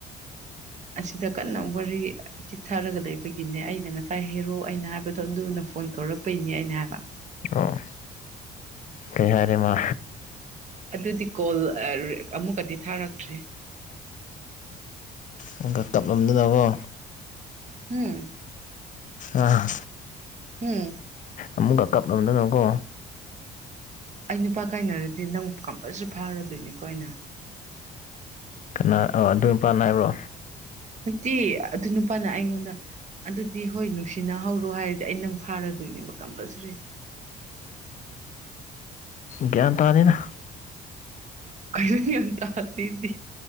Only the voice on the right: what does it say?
ꯑꯁꯤꯗ ꯀꯟꯅ ꯋꯥꯔꯤ ꯆꯤꯛꯊꯔꯒ ꯂꯩꯕꯒꯤꯅꯦ ꯑꯩꯅ ꯉꯁꯥꯏ ꯍꯦꯔꯣ ꯑꯩꯅ ꯍꯥꯏꯕꯗꯣ ꯑꯗꯨꯅ ꯐꯣꯟ ꯇꯧꯔꯛꯄꯩꯅꯤ ꯑꯩꯅ ꯍꯥꯏꯕ
ꯑꯗꯨꯗꯤ ꯀꯣꯜ ꯑ ꯑꯃꯨꯛꯀꯗꯤ ꯊꯥꯔꯛꯇ꯭ꯔꯤ
ꯍꯝ
ꯎꯝ
ꯑꯩ ꯅꯨꯄꯥ ꯀꯥꯏꯅꯔꯗꯤ ꯅꯪ ꯀꯝꯄꯜꯁꯔꯤ ꯐꯥꯔꯗꯣꯏꯅꯤꯀꯣ ꯑꯩꯅ
ꯅꯠꯇꯦ ꯑꯗꯨ ꯅꯨꯄꯥꯅ ꯑꯩꯉꯣꯟꯗ ꯑꯗꯨꯗꯤ ꯍꯣꯏ ꯅꯨꯡꯁꯤꯅꯍꯧꯔꯣ ꯍꯥꯏꯔꯗꯤ ꯑꯩ ꯅꯪ ꯐꯥꯔꯗꯣꯏꯅꯦꯕ ꯀꯝꯄꯜꯁꯔꯤ
ꯀꯔꯤꯅꯣ ꯒꯤꯌꯥꯟ ꯇꯥꯗꯦꯗꯤ